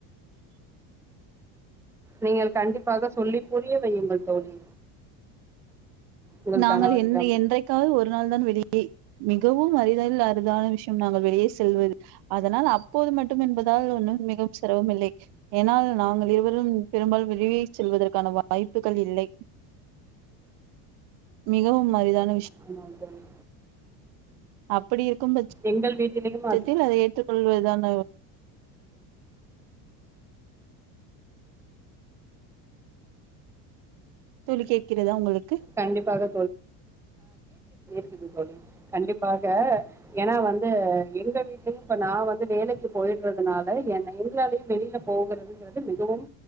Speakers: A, in the centre; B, on the right (about 60°).
A: நீங்கள் கண்டிப்பாக சொல்லி புரிய வையுங்கள் தோழி உங்கள்
B: நாங்கள்
A: கணவரிடம்
B: என் என்றைக்காவது ஒரு நாள் தான் வெளி மிகவும் அறிதலில் அறிதான நாங்கள் வெளியே செல்வது அதனால் அப்போது மட்டும் என்பதால் ஒன்னும் மிகவும் சிரமம் இல்லை ஏனால் நாங்கள் இருவரும் பெரும்பால விளியை செல்வதற்கான வாய்ப்புகள் இல்லை மிகவும் அரிதான
A: ஆமா தோழி
B: அப் ப்படி இருக்கும் பட்ச
A: எங்கள் வீட்டிலேயும் அது
B: சத்தில் அதை ஏற்றுக்கொள்வதான துழி கேட்கிறதா உங்களுக்கு
A: கண்டிப்பாக து சொல்லி கண்டிப்பாக ஏன்னா வந்து எங்க வீடலயும் இப்ப நா வந்து வேலைக்கு போயிடுறதுனால என் எங்களாலயும் வெளியில போகிறதுங்கிறது மிகவும்